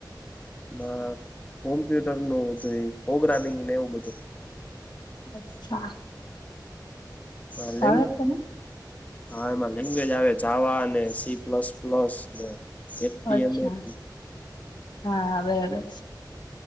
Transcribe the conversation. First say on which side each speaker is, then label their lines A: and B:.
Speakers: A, on the left (about 20°); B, on the left (about 80°).
A: માં હોમેથેત્રે નુ બધું ને એવું બધું.
B: <unintelligible>
A: હ લેં.
B: ફાવે જ તને
A: હા, એમાં લેંગ્વેજ આવે જાવા અને સી પ્લસ પ્લસ ને એફ ડી
B: અચ્છા
A: માં એ.
B: હા બરાબર.